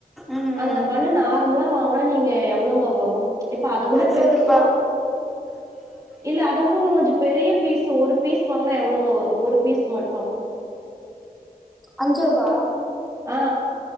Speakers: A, in the centre; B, on the right.
A: ம்
B: அந்த
A: ம்
B: பண் நார்மலா வாங்னா நீங்க எவ்ளோங்க வரும் இப்ப அதை விட
A: முப்பது
B: பெருசோ
A: ரூபா
B: இல்ல அத கூட இன்னு கொஞ்சம் பெரிய பீஸ் ஒரு பீஸ் வாங்னா எவ்ளோங்க வரும் ஒரு பீஸ் மட்டும்
A: அஞ்சு ரூபா
B: ஆ